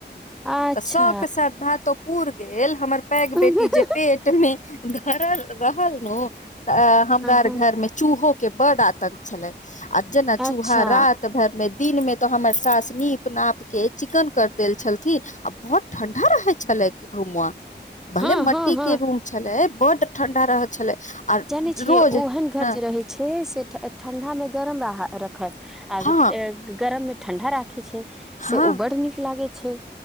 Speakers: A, in the centre; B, on the left (about 40°).
A: अच्छा
B: त शौक श्रद्धा तो हमर पूर गेल, हमर पै
A: हँ
B: बेटी जे पेट मे धरल रहल नू, त हमरा आर
A: हँ
B: घर मे चूहो के बड आतंक छलै, आ जेना चूहा
A: अच्छा
B: रात भर मे दिन मे त हमर सास नीप -नाप के चिकन कर देल छलथिन, आ भट ठंडा रहै छलैक रूममे,
A: हँ
B: भले म
A: हँ हँ
B: ट्टी छलै, बड्ड ठंडा रह छलै। आर
A: जानै छियै,
B: रोज
A: ओहन घर
B: हँ
A: जे रहै। छै, ठ ठंडा में गरम र राखत, आ
B: हँ
A: टे गरम में ठंडा राख खे छै,
B: हँ
A: से ओ बड नीक लागै छै।